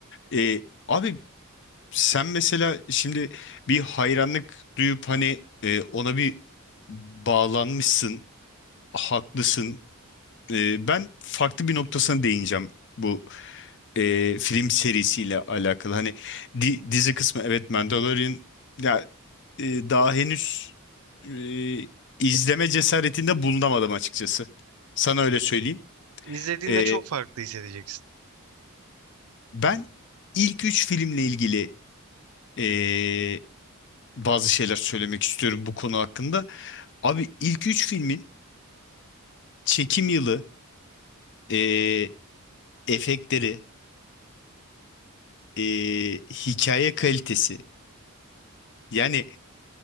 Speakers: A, on the left; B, on the right.
A: E, abi sen mesela şimdi bir hayranlık duyup hani e, ona bir bağlanmışsın, haklısın. Ee, ben farklı bir noktasına değineceğim bu e, film serisiyle alakalı. Hani di- dizi kısmı evet Mandalorian ya e, daha henüz e, izleme cesaretinde bulunamadım açıkçası. Sana öyle söyleyeyim.
B: İzlediğinde
A: Ee,
B: çok farklı hissedeceksin.
A: ben ilk üç filmle ilgili e, bazı şeyler söylemek istiyorum bu konu hakkında. Abi ilk üç filmin çekim yılı, e, efektleri, e, hikaye kalitesi. Yani